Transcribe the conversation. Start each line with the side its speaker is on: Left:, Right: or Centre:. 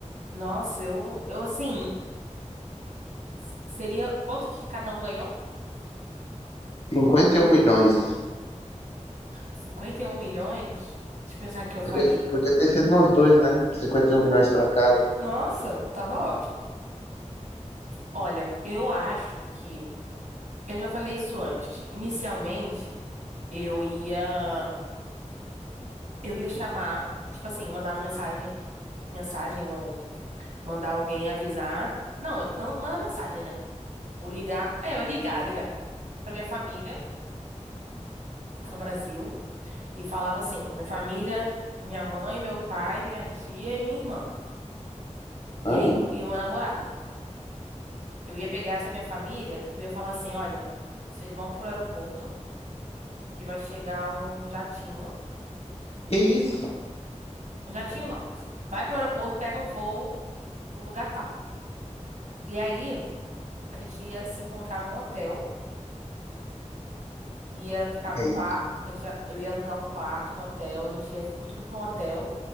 Right: Nossa, eu, eu assim. s- Seria. Quanto que cada um ganhou?
Left: 51 milhões.
Right: cinquenta e um milhões? Deixa eu pensar o que eu faria.
Left: Podia, podia ter sido nós dois, né? 51 milhões pra cada.
Right: Nossa, tava ótimo. Olha, eu acho que. Eu já falei isso antes. Inicialmente, eu ia. Eu ia chamar. Tipo assim, mandar uma mensagem. Mensagem ou mandar alguém avisar. Não, não, manda mensagem, né? Ou ligar. É, eu ligar, ligar. Pra minha família, que tá no Brasil. E falava assim: minha família, minha mãe, meu pai, minha tia e minha irmã. E
Left: Ah,
Right: aí, e o meu namorado. Eu ia pegar essa minha família e eu ia falar assim: olha, vocês vão pro aeroporto, que vai chegar um jatinho.
Left: que isso?
Right: Um jatinho não. Vai pro aeroporto, pega um voo, o lugar tal. E aí, a gente ia se encontrar num hotel. ia ficar num
Left: E aí?
Right: quarto, eu ia alugar um quarto no hotel, a gente ia pro- tudo para um hotel.